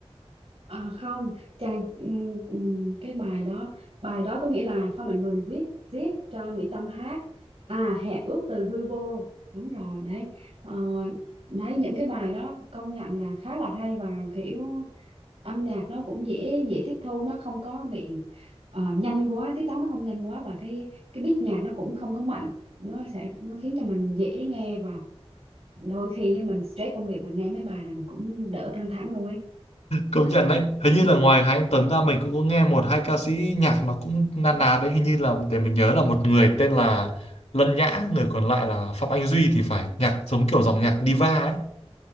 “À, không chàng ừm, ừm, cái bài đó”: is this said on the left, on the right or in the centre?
Right